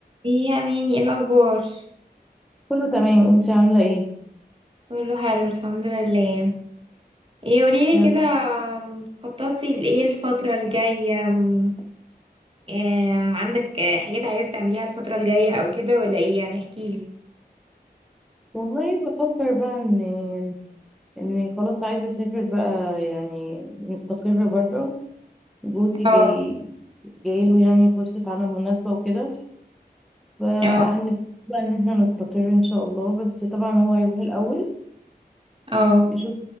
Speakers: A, on the right (about 35°); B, in the centre.
A: ايه يا اماني ايه الاخبار
B: كله تمام انتي عاملة ايه؟
A: كله حلو الحمد لله ايه قوليلي
B: يا
A: كده
B: رب.
A: خططتي لايه الفتره الجايه أم، أم، عندك حاجات عايزه تعمليها الفتره الجايه او كده ولا ايه يعني احكيلي
B: والله بفكر بقى ان ان خلاص عايزة اسافر بقى يعني مستقر بره جوزي
A: اه
B: جاي جايله يعني فرصة عمل مناسبة وكده فهنبقى
A: اه
B: بقى ان احنا نستقر ان شاء الله بس طبعا هو هيروح الأول
A: اه
B: يشوف